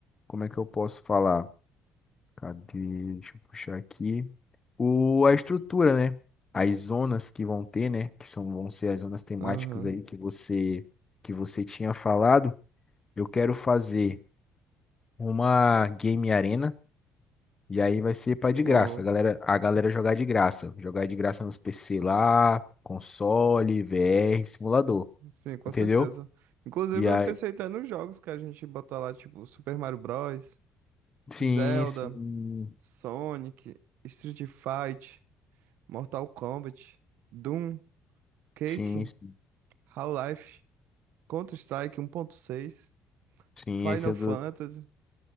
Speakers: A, on the left (about 20°); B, on the right (about 70°).
A: como é que eu posso falar? Cadê? Deixa eu puxar aqui. O, a estrutura, né? As zonas que vão ter, né? Que são, vão ser as zonas temáticas
B: Aham.
A: aí que você, que você tinha falado. Eu quero fazer uma game arena. E aí vai ser para de
B: Com...
A: graça. A galera, a galera jogar de graça. Jogar de graça nos PC lá, console, VR,
B: s-
A: simulador.
B: Sim, com
A: Entendeu?
B: certeza. Inclusive,
A: E aí.
B: eu pensei até nos jogos que a gente botar lá, tipo, Super Mario Bros,
A: Sim,
B: Zelda.
A: sim.
B: Sonic, Street Fight, Mortal Kombat, Doom, Quake,
A: Sim, sim.
B: Half-Life, Counter-Strike um ponto seis,
A: Sim,
B: Final
A: esse é
B: Fantasy,
A: do.